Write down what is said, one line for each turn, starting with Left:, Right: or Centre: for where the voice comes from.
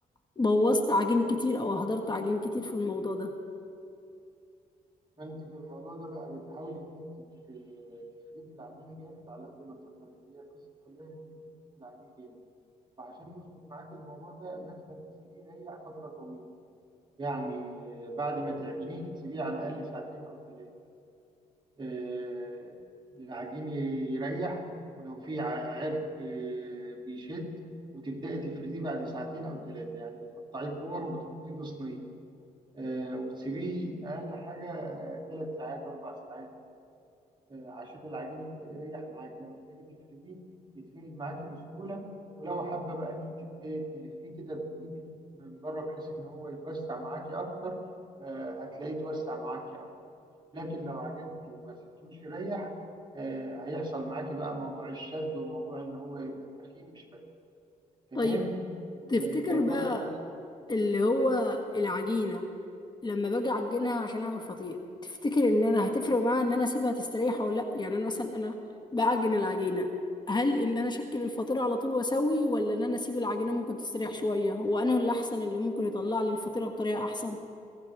Left: بوظت عجين كتير أو هدرت عجين كتير في الموضوع ده
Right: فانت في الموضوع ده بقى بتحاولي ان انت ت- تفردي العجين جامد على قد ما تقدري هي القصه كلها ان انت تفردي العجين جامد وعشان يظبط معاك الموضوع ده لازم تسيبيه يريح فتره طويله يعني بعد ما تعجنيه تسيبيه على الاقل ساعتين او ثلاثه آه، العجين يريح ولو في ع- عرق آه، بيشد وتبدأي تفرديه بعد ساعتين أو ثلاثة يعني بتقطعيه كور وبتحطيه في صينية آه، وتسيبيه أقل حاجة آه، ثلاث ساعات أربع ساعات آه، عشان العجين يبدأ يريح معاك لما تيجي تفرديه يتفرد معاكي بسهولة ولو حابة بقى إن أنت ت- تلفيه كده بإيدك من بره بحيث إن هو يتوسع معاكي أكتر آه، هتلاقيه يتوسع معاكي أكتر. لكن لو عجنتي وما سبتوش يريح آه، هيحصل معاكي بقى موضوع الشد وموضوع ان هو يبقى تخين شويه تمام
Left: طيب
Right: وتظبط
Left: تفتكر بقى
Right: بقى
Left: اللي هو العجينة لما باجي أعجنها عشان أعمل فطير تفتكر إن أنا هتفرق معاها إن أنا أسيبها تستريح أو لأ يعني أنا مثلا أنا بعجن العجينة هل إن أنا أشكل الفطير على طول وأسوي ولا إن أنا أسيب العجينة ممكن تستريح شوية وأنا اللي أحسن اللي ممكن يطلع لي الفطيرة بطريقة أحسن